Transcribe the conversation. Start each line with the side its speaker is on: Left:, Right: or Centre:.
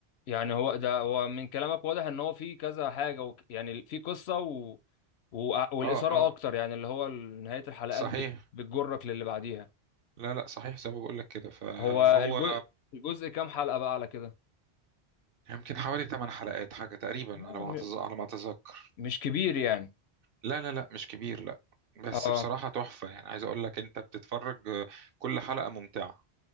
Left: يعني هو ده هو من كلامك واضح ان هو في كذا حاجه و... يعني في قصه و... و... والاثاره
Right: اه اه
Left: اكتر يعني اللي هو ال- نهايه الحلقات
Right: صحيح
Left: بت... بتجرك للي بعديها
Right: لا لا صحيح زي ما بقول لك كده فهو
Left: هو الجزء الجزء كام حلقه بقى على كده
Right: يمكن حوالي 8 حلقات حاجه تقريبا
Left: آه،
Right: على ما
Left: م...
Right: أتذ- على ما اتذكر
Left: مش كبير يعني
Right: لا لا لا مش كبير لا بس
Left: اه
Right: بصراحه تحفه يعني عايز اقول لك انت بتتفرج آه، كل حلقه ممتعه